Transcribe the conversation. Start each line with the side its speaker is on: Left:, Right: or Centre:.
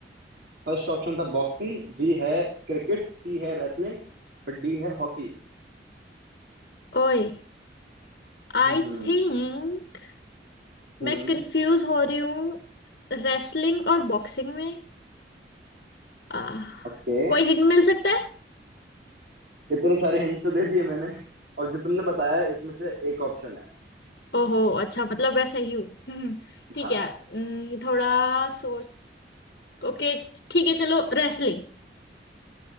Right: फर्स्ट ऑप्शन था बॉक्सिंग बी है क्रिकेट सी है रेसलिंग और डी है हॉकी
Left: ओए
Right: हम्म
Left: आई
Right: हम्म
Left: थिंक मैं
Right: हम्म
Left: कंफ्यूज हो रही हूँ रेसलिंग और बॉक्सिंग में आह,
Right: ओके
Left: कोई हिंट मिल सकता है
Right: इतने सारे हिंट तो दे दिए मैंने और जो तुमने बताया इसमें से एक ऑप्शन है
Left: ओहो अच्छा मतलब मैं सही हूँ <laughs> हम्म, ठीक
Right: हाँ
Left: है हम्म, थोड़ा सोच ओके ठीक है चलो रेसलिंग